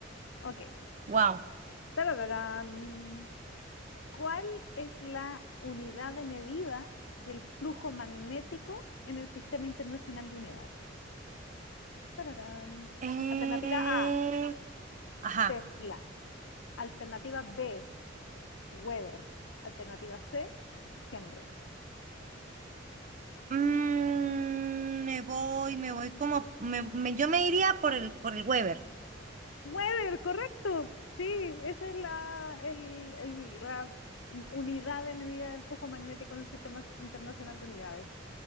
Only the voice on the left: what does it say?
Ok.
Tarararán. ¿Cuál es la unidad de medida del flujo magnético en el Sistema Internacional de Unidades? Tararán.
Alternativa A,
Tesla. Alternativa B, Weber. Alternativa C, Henry.
Weber, correcto. Sí, esa es la, el- el- la unidad de medida del flujo magnético en el Sistema Internacional de Unidades.